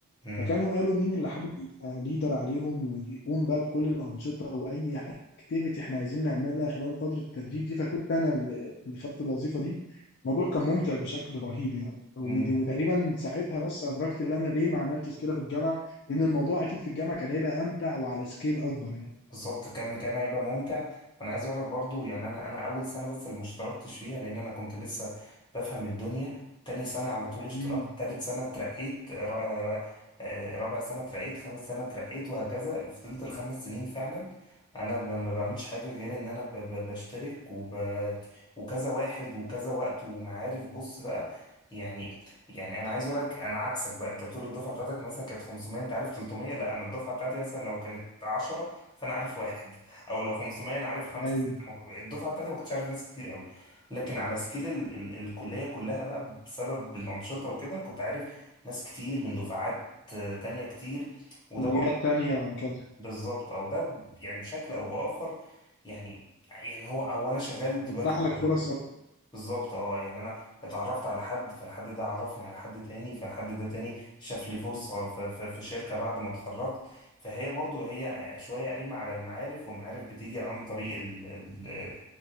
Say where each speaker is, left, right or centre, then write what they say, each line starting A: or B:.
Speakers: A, on the left (about 20°); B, on the left (about 50°).
A: مم.
B: فكانوا قالوا مين اللي حابب يبقى ليدر عليهم ويقوم بقى بكل الأنشطة وأي اكتيفيتي احنا عايزين نعملها خلال فترة التدريب دي فكنت أنا اللي اللي خدت الوظيفة دي الموضوع كان ممتع بشكل رهيب يعني ومن-
A: مم.
B: وتقريبا ساعتها بس أدركت إن أنا ليه ما عملتش كده في الجامعة لأن الموضوع أكيد في الجامعة كان هيبقى أمتع وعلى سكيل أكبر يعني
A: بالظبط كان كان هيبقى ممتع انا عايز اقول لك برضو يعني انا انا اول سنه بس اللي ما اشتركتش فيها لان انا كنت لسه بفهم الدنيا تاني سنه على طول اشتركت
B: امم
A: تالت سنه اترقيت را- را- آه، رابع سنه اترقيت خامس سنه اترقيت وهكذا فضلت الخمس سنين فعلا انا ما ما بعملش حاجه غير ان انا ب- ب- بشترك وب... وكذا واحد وكذا وقت ومعارف بص بقى يعني يعني انا عايز اقول لك انا عكسك بقى انت بتقول الدفعه بتاعتك مثلا كانت 500 انت عارف 300 لا انا الدفعه بتاعتي مثلا لو كانت 10 فانا عارف واحد او لو 500 انا عارف خمسه
B: أيوه
A: سته ما ك- الدفعه بتاعتي ما كنتش عارف ناس كتير قوي لكن على سكيل ال ال الكليه كلها بقى بسبب الانشطه وكده كنت عارف ناس كتير من دفعات آه، تانية كتير وده
B: كليات
A: برضه
B: تانية وهكذا
A: بالظبط او ده يعني بشكل او باخر يعني يعني هو او انا شغال دلوقتي
B: تفتح
A: بسببه
B: لك فرص أكتر
A: بالظبط اه يعني انا اتعرفت على حد فالحد ده عرفني على حد تاني فالحد ده تاني شاف لي فرصة
B: مم.
A: ف- ف- في شركة بعد ما اتخرجت فهي برضو هي شوية قايمة على المعارف والمعارف بتيجي عن طريق ال ال